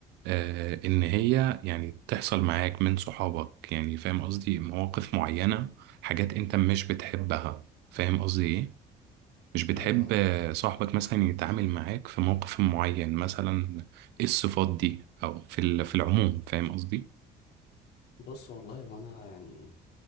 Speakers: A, on the right (about 85°); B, on the left (about 75°).
A: آه، ان هي يعني تحصل معاك من صحابك يعني فاهم قصدي مواقف معينة حاجات انت مش بتحبها فاهم قصدي ايه مش بتحب
B: ايوه
A: آه، صاحبك مثلا يتعامل معاك في موقف معين مثلا ايه الصفات دي او في ال- في العموم فاهم قصدي
B: بص والله وانا يعني